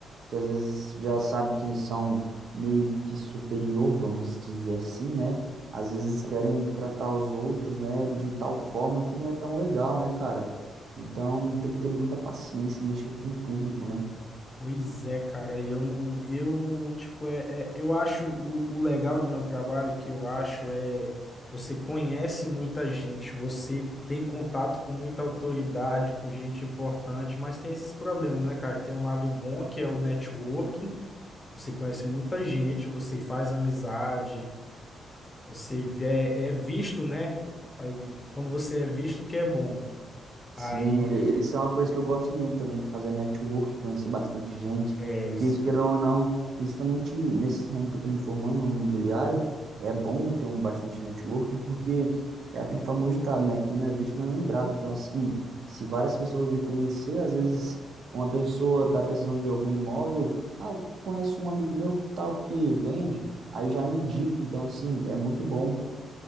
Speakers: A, on the right (about 65°); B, on the left (about 20°).
A: que às vezes já sabe que são meio que superior, vamos dizer assim, né? Às vezes querem tratar os outros, né, de tal forma que não é tão legal, né, cara? Então tem que ter muita paciência em mexer com o público, né?
B: Pois é, cara, eu não, eu não, tipo, é, é- eu acho o, o legal do meu trabalho que eu acho é você conhece muita gente, você tem contato com muita autoridade, com gente importante, mas tem esses problemas, né, cara? Tem um lado bom que é o networking, você conhece muita gente, você faz amizade, você vê- é, é visto, né? Aí, quando você é visto que é bom.
A: Sim,
B: Aí
A: e- eles são uma coisa que eu gosto muito também de fazer network, conhecer bastante gente,
B: é,
A: porque isso, queira ou não, principalmente nesse ramo que eu estou me formando, no ramo imobiliário, é bom ter um bastante network, porque é aquele famoso ditado, né? Quem não é visto não é lembrado. Então, assim, se várias pessoas me conhecer, às vezes uma pessoa está precisando de algum imóvel, ah, eu conheço um amigo meu tal que vende, aí já me indica. Então, assim, é muito bom.